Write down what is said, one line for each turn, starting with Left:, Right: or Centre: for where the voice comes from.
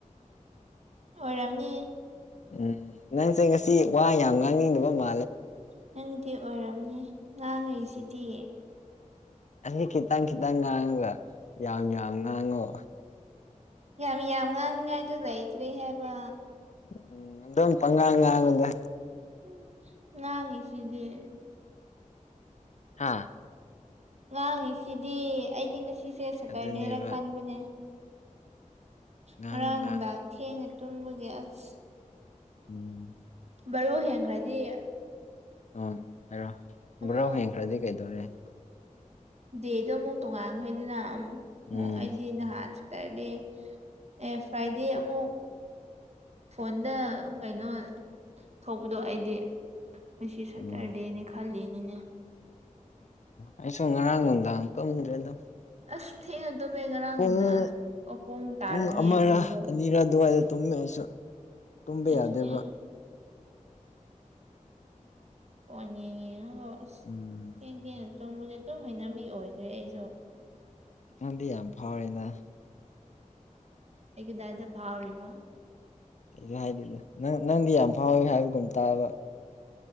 Right: ꯑꯣꯏꯔꯝꯅꯤ
Left: ꯎꯝ ꯅꯪꯁꯦ ꯉꯁꯤ ꯋꯥ ꯌꯥꯝ ꯉꯥꯡꯅꯤꯡꯗꯕ ꯑꯃ
Right: ꯅꯪꯗꯤ ꯑꯣꯏꯔꯝꯅꯤ ꯉꯥꯡꯉꯤꯁꯤꯗꯤ
Left: ꯎꯝ ꯑꯁꯤ ꯈꯤꯇꯪ ꯈꯤꯇꯪ ꯉꯥꯡꯉꯒ ꯌꯥꯝ ꯌꯥꯝ ꯉꯥꯡꯉꯣ
Right: ꯌꯥꯝ ꯌꯥꯝ ꯉꯥꯡꯅꯤꯉꯥꯏꯗꯨ ꯂꯩꯇ꯭ꯔꯦ ꯍꯥꯏꯕ
Left: ꯎꯝ ꯑꯗꯨꯝ ꯄꯪꯉꯥꯡ ꯉꯥꯡꯉꯨꯗ
Right: ꯎ ꯉꯥꯡ ꯉꯁꯤꯗꯤꯦ
Left: ꯍꯥꯥ
Right: ꯉꯥꯡꯉꯤ ꯁꯤꯗꯤ ꯑꯩꯗꯤ ꯉꯁꯤꯁꯦ ꯁꯇꯔꯗꯦꯔ
Left: ꯑꯗꯨꯅꯦꯕ
Right: ꯈꯟꯕꯅꯦ
Left: ꯉꯥꯡ
Right: ꯉꯔꯥꯡ
Left: ꯉꯥꯡꯉꯨ
Right: ꯅꯨꯡꯗꯥꯡ ꯊꯦꯡꯉꯦ ꯇꯨꯝꯕꯒꯤ ꯑꯁ
Left: ꯎꯝ
Right: ꯕꯔꯣ ꯍꯦꯟꯈ꯭ꯔꯗꯤ
Left: ꯑ ꯍꯥꯏꯔꯣ
Right: ꯑꯃꯨꯛ
Left: ꯕ꯭ꯔꯣ ꯍꯦꯟꯈ꯭ꯔꯗꯤ ꯀꯩꯗꯧꯔꯦ
Right: ꯗꯦꯗꯣ ꯑꯃꯨꯛ ꯇꯣꯉꯥꯟꯈꯩꯗꯅꯝ
Left: ꯎꯝ
Right: ꯑꯣ ꯑꯩꯗꯤ ꯅꯍꯥꯟ ꯁꯇꯔꯗꯦ ꯑꯦ ꯐ꯭ꯔꯥꯏꯗꯦ ꯑꯃꯨꯛ ꯐꯣꯟꯗ ꯀꯩꯅꯣ ꯊꯣꯛꯄꯗꯣ ꯑꯩꯗꯤ ꯃꯁꯤ ꯁꯇꯔꯗꯦꯅꯦ
Left: ꯎꯝ
Right: ꯈꯜꯂꯤꯅꯤꯅꯦ
Left: ꯑꯩꯁꯨ ꯉꯔꯥꯡ ꯅꯨꯡꯗꯥꯡ ꯇꯨꯝꯗ꯭ꯔꯦꯗ
Right: ꯑꯁ ꯊꯦꯡꯅꯗꯕꯃꯦ ꯉꯔꯥꯡ
Left: ꯄꯨꯡ
Right: ꯅꯨꯅꯨꯡꯅꯥ ꯑꯁ ꯑꯍꯣꯡ ꯇꯥꯔꯕꯝꯅꯤ
Left: ꯄꯨꯡ ꯑꯃꯔ
Right: ꯑꯩ ꯌꯨꯝꯗꯣ
Left: ꯑꯅꯤꯔ ꯑꯗꯨꯋꯥꯏꯗ ꯇꯨꯝꯃꯦ ꯑꯩꯁꯨ ꯇꯨꯝꯕ
Right: ꯑꯩꯁꯨꯅꯦ
Left: ꯌꯥꯗꯕ
Right: ꯄꯣꯅꯤ ꯍ <inaudible>
Left: ꯎꯝ
Right: ꯀꯦꯟ ꯀꯦꯟ ꯇꯨꯝꯕꯒꯤ ꯑꯗꯨꯝ ꯍꯩꯅꯕꯤ ꯑꯣꯏꯈ꯭ꯔꯦ ꯑꯩꯁꯨ
Left: ꯀꯥꯟꯗꯤ ꯌꯥꯝ ꯐꯥꯎꯔꯤꯅ
Right: ꯑꯩꯒꯤꯗꯥꯏꯗ ꯐꯥꯎꯔꯤꯕ
Left: ꯀꯁꯨ ꯍꯥꯏꯗꯦꯗ ꯅꯪ ꯅꯪꯗꯤ ꯌꯥꯝ ꯐꯥꯎꯋꯦ ꯍꯥꯏꯕꯒꯨꯝ ꯇꯥꯕ